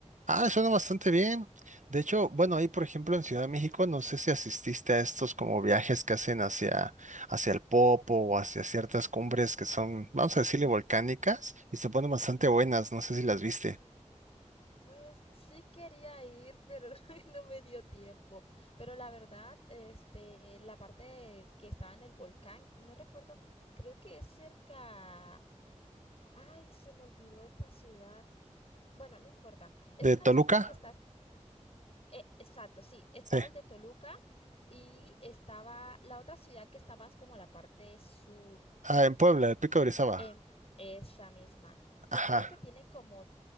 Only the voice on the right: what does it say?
Ah, suena bastante bien. De hecho, bueno, ahí por ejemplo en Ciudad de México, no sé si asististe a estos como viajes que hacen hacia, hacia el Popo o hacia ciertas cumbres que son, vamos a decirle, volcánicas y se ponen bastante buenas, no sé si las viste.
¿De
Toluca?
Sí.
Ah, en Puebla, el Pico de Orizaba.
Ajá.